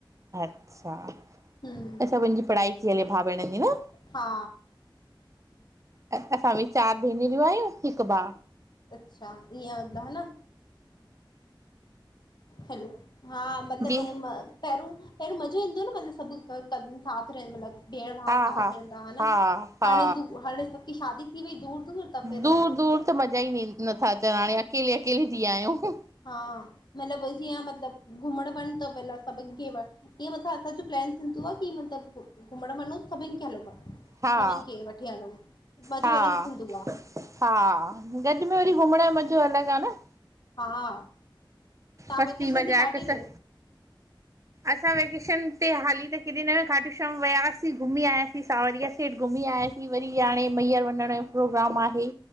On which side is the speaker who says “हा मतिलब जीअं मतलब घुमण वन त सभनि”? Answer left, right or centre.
Left